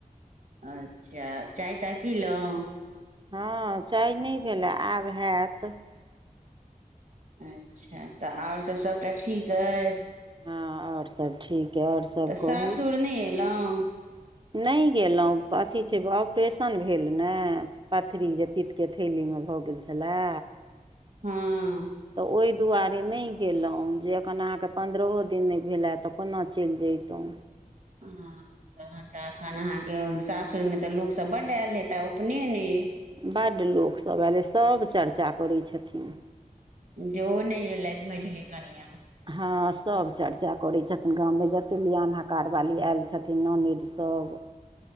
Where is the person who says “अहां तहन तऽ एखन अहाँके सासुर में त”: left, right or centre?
Right